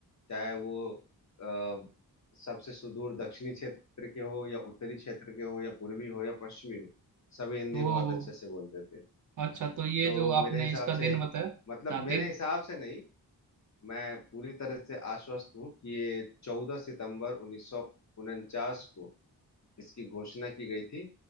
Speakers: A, on the left; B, on the right.
A: चाहे वो अ, सबसे सुदूर दक्षिणी क्षेत्र के हो या उत्तरी क्षेत्र के हो या पूर्वी हो या पश्चिमी हो सभी हिंदी
B: ओ
A: बहुत
B: हो
A: अच्छे से बोलते थे
B: अच्छा तो ये
A: तो
B: जो आपने
A: मेरे हिसाब
B: इसका
A: से
B: दिन बताया
A: मतलब
B: हाँ दिन
A: मेरे हिसाब से नहीं मैं पूरी तरह से आश्वस्त हूँ कि ये चौदह सितंबर उन्नीस सौ उनचास को इसकी घोषणा की गई थी